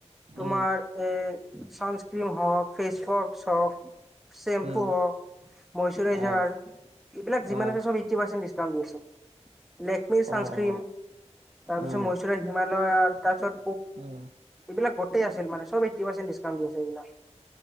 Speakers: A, in the centre; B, on the right.
A: তোমাৰ
B: উম
A: এ চানস্ক্ৰিন হওঁ‌ক ফেচৱাছ হওঁ‌ক।
B: উম
A: হোৱক মষ্টোৰাইজাৰ,
B: আহ
A: এইবিলাক যিমান
B: আহ
A: আছে চব এইটি পাৰ্চেণ্ট ডিছকাউণ্ট দি আছে। লেকমিৰ ছানস্ক্ৰীম
B: অ অ
A: তাৰপিছত
B: উম
A: মষ্টোৰাইজৰ হিমালয়ৰ তাৰপিছত।
B: উম
A: এইবিলাক গোটই আছিল মানে চব এইটি পাৰ্চেণ্ট ডিছকাউণ্ট দিছে এইবিলাক।